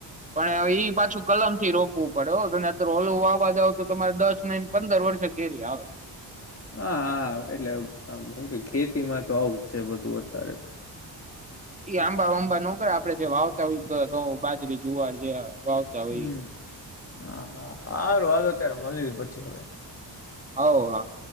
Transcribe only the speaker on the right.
પણ ઈ પાછું કલમ થી રોપવું પડેને અર ઓલવું આવાજ આવ તો તમારે દસ ને પંદર વર્ષે કેરી આવે.
એઈ આંબા વાંબા ન કરે આપડે જે વાવતા હોય ઘઉં બાજરી જુવાર જે વાાવતા હોય.
હ હા.